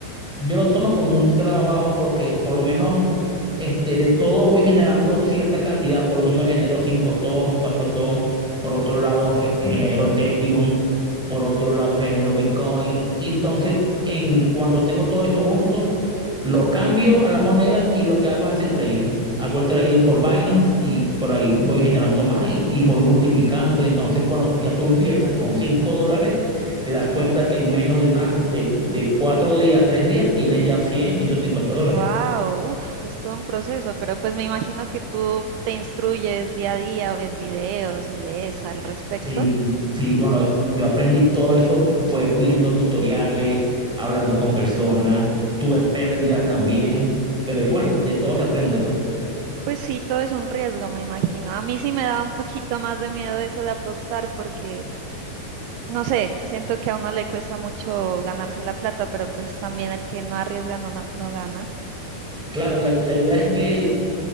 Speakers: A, in the centre; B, on the right (about 85°).
A: Yo lo tomo como un trabajo porque por lo menos este, de todo voy generando cierta cantidad, por lo menos genero 5 ton, 4 ton, por otro lado ge- genero Ethereum, por otro lado genero Bitcoin y entonces en, cuando tengo todo eso junto, lo cambio a la moneda y lo que hago es hacer trading. Hago el trading por Binance y por ahí voy generando más y, y voy multiplicando y entonces cuando ya tú empiezas con 5 dólares, te das
B: Sí.
A: cuenta que en menos de una, de, de cuatro días, tres días, tienes ya cien ciento cincuenta dólares.
B: Wow, uf, es todo un proceso, pero pues me imagino que tú te instruyes día a día, ves videos y lees al respecto.
A: Sí, sí, bueno, yo aprendí todo eso, fue viendo tutoriales, hablando con personas, tuve pérdidas también, pero igual, de todo se aprende, pues.
B: Pues sí, todo es un riesgo, me imagino. A mí sí me daba un poquito más de miedo eso de apostar porque, no sé, siento que a uno le cuesta mucho ganarse la plata, pero pues también el que no arriesga no, no- no gana.
A: Claro, la, la idea es que